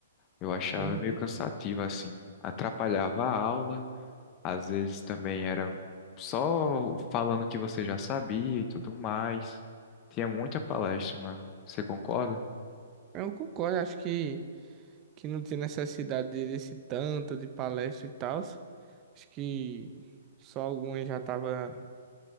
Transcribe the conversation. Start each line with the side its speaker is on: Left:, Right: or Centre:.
Left: Eu achava
Right: Uhum.
Left: meio cansativo, assim, atrapalhava a aula, às vezes também era só falando o que você já sabia e tudo mais. Tinha muita palestra, mano. Você concorda?
Right: Eu concordo, acho que, que não tem necessidade de- desse tanto de palestra e tal. Acho que só algumas já tava,